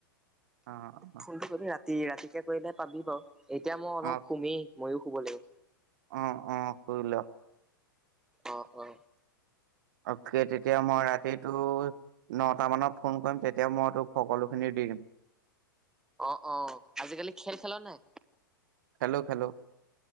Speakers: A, on the right; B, in the centre.
A: অ অ,
B: ফোনটো কৰিবি ৰাতি ৰাতিকে কৰিলে পাবি বাৰু। এতিয়া মই অলপ
A: অ
B: সুমে। মই শুব লাগিব।
A: অ অ, শুই 'ল।
B: অ অ।
A: অকে তেতিয়া মই ৰাতিটো। নটা মানত ফোন কৰিম, তেতিয়া মই তোক সকলোখিনি দি দিম।
B: অ অ, আজিকালি খেল খেলা নাই?
A: খেল্ল' খেল্ল'।